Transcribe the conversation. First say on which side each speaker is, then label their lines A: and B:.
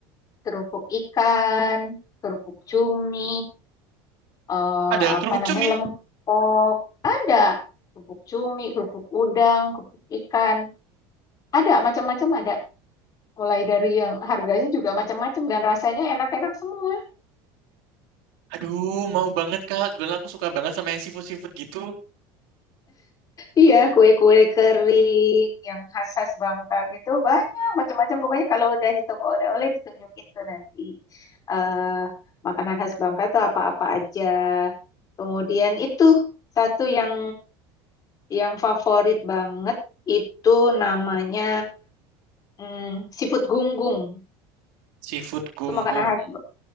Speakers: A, on the left; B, on the right.
A: kerupuk ikan, kerupuk cumi, eh,
B: Ada
A: apa
B: kerupuk
A: namanya
B: cumi.
A: lempok. Ada kerupuk cumi, kerupuk udang, kerupuk ikan. Ada macam-macam ada. Mulai dari yang harganya juga macam-macam dan rasanya enak-enak semua.
B: Aduh, mau banget Kak. Kebetulan aku suka banget sama yang seafood-seafood gitu.
A: Iya, kue-kue kering yang khas-khas Bangka gitu banyak macam-macam. Pokoknya kalau udah di toko oleh-oleh ditunjukin tuh nanti eh makanan khas Bangka tuh apa-apa aja. Kemudian itu satu yang yang favorit banget itu namanya mm, siput gunggung.
B: Seafood gunggung.
A: Itu makanan khas Ba-